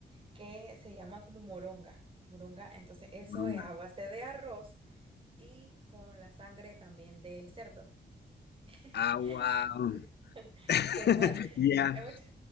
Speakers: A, on the right; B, on the left.
A: que se llama como moronga, moronga, entonces eso
B: Mm.
A: es a base de arroz y con la sangre también del cerdo. <gasps>
B: Ah,
A: <laughs>
B: wow.
A: Sí.
B: <laughs>
A: Que igual,
B: Ya,
A: <laughs> hay mucha,